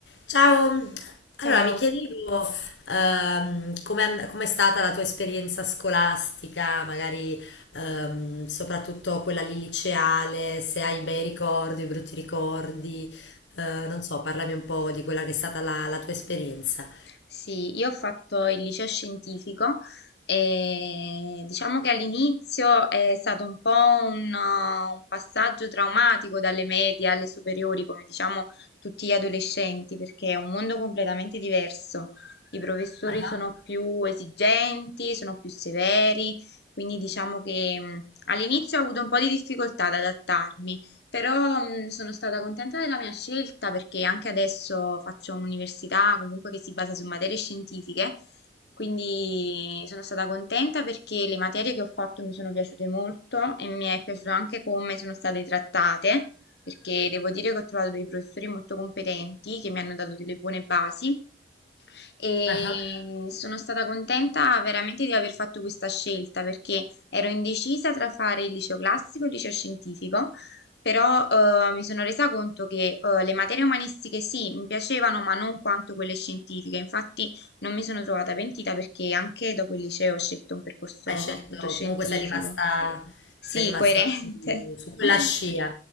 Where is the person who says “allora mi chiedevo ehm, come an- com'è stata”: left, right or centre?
Left